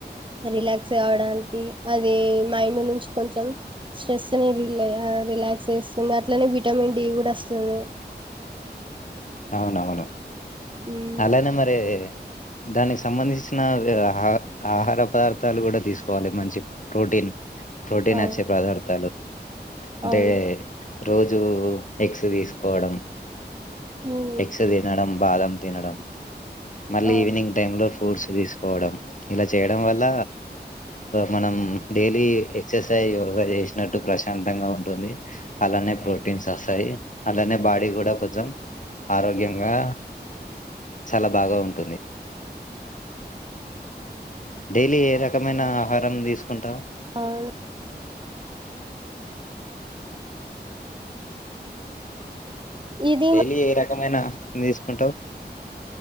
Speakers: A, on the right; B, on the left.
A: రిలాక్స్ కావడానికి అది మైండ్ నుంచి కొంచం స్ట్రెస్ని రీల్ రిలాక్స్ చేస్తుంది అట్లనే విటమిన్ డి కూడా వస్తుంది
B: అవునవును
A: మ్మ్
B: అలానే మరి దానికి సంబంధించిన ఆహ ఆహార పదార్థాలు కూడా తీసుకోవాలి మంచి ప్రోటీన్ ప్రోటీన్
A: అవును
B: వచ్చే పదార్థాలు అంటే
A: అవును
B: రోజు ఎగ్స్ తీసుకోవడం
A: మ్మ్
B: ఎక్స్ తినడం బాదం తినడం మళ్ళీ
A: అవును
B: ఈవినింగ్ టైమ్ లో ఫ్రూట్స్ తీసుకోవడం ఇలా చేయడం వల్ల మనం డైలీ ఎక్సర్సైజ్ యోగా చేసినట్టు ప్రశాంతంగా ఉంటుంది అలానే ఏ ప్రోటీన్స్ వస్తాది అట్లానే బాడీ కూడా కొంచెం ఆరోగ్యంగా చాలా బాగా ఉంటుంది డైలీ ఏ రక్ రకమైన ఆహారం తీసుకుంటావు
A: అవును ఇది
B: డైలీ ఏ రకమైన తీసుకుంటావు